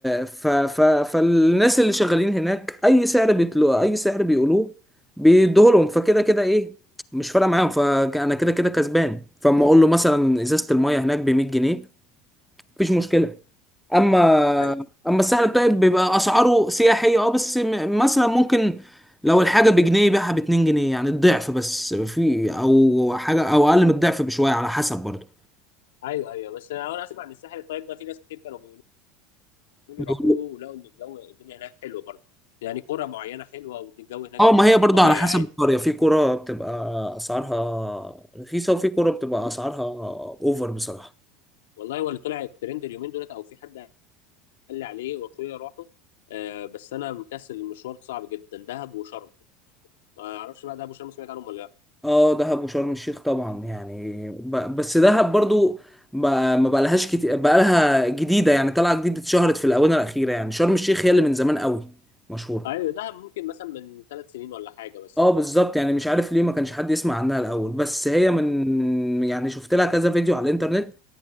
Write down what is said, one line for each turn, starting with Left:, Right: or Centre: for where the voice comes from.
Centre: ف... ف... فالناس اللي شغالين هناك اي سعر بيطلو اي سعر بيقولوه بيدوه لهم فكده كده ايه مش فارقه معاهم فانا كده كده كسبان فاما اقول له مثلا ازازه الميه هناك ب 100 جنيه مفيش مشكله اما
Left: ايوه
Centre: اما الساحل الطيب بيبقى اسعاره سياحيه اه بس م- مثلا ممكن لو الحاجه بجنيه يبيعها ب 2 جنيه يعني الضعف بس في او حاجه او اقل من الضعف بشويه على حسب برضه
Left: ايوه ايوه بس انا انا اسمع ان الساحل الطيب ده في ناس كتير كانوا بيقولوا لي
Centre: بيقولوا-
Left: روحوه ولقوا ان الجو الدنيا هناك حلوه برضه يعني قرى معينه حلوه والجو هناك
Centre: اه ما هي برضه
Left: طبيعي
Centre: على حسب
Left: عادي
Centre: القريه في قرى بتبقى اسعارها رخيصه وفي قرى بتبقى اسعارها اوفر بصراحه
Left: والله هو اللي طلع الترند اليومين دولت او في حد قال لي عليه واخويا راحوا آه بس انا مكسل المشوار صعب جدا دهب وشرم ما اعرفش بقى دهب وشرم سمعت عنهم ولا لا
Centre: اه دهب وشرم الشيخ طبعا يعني ب... بس دهب برضو ما ما بقى لهاش كتير بقى لها جديده يعني طالعه جديده اتشهرت في الاونه الاخيره يعني شرم الشيخ هي اللي من زمان قوي مشهوره
Left: ايوه دهب ممكن مثلا من ثلاث سنين ولا حاجه بس
Centre: اه بالظبط يعني مش عارف ليه ما كانش حد يسمع عنها الاول بس هي من يعني شفت لها كذا فيديو على الانترنت